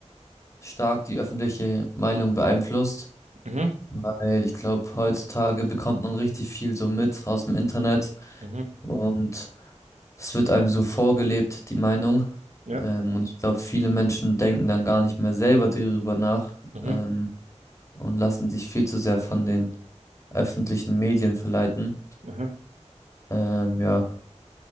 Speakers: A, on the left; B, on the right.
A: stark die öffentliche Meinung beeinflusst,
B: Mhm,
A: weil ich glaube, heutzutage bekommt man richtig viel so mit aus dem Internet
B: mhm,
A: und es wird einem so vorgelebt, die Meinung.
B: Ja,
A: Ähm, und ich glaube, viele Menschen denken dann gar nicht mehr selber darüber nach
B: mhm.
A: ähm, und lassen sich viel zu sehr von den öffentlichen Medien verleiten.
B: aha,
A: Ähm, ja.